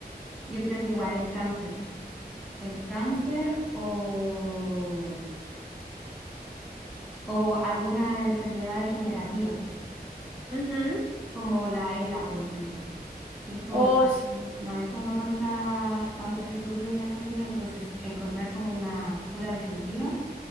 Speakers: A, in the centre; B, on the right.
A: Yo creo que igual el cáncer. El cáncer o, o alguna enfermedad degenerativa,
B: Ujú.
A: como la ELA, por ejemplo, que es como
B: oh
A: igual,
B: sí,
A: no hay como tanta, tantos estudios en la actualidad, entonces encontrar como una cura definitiva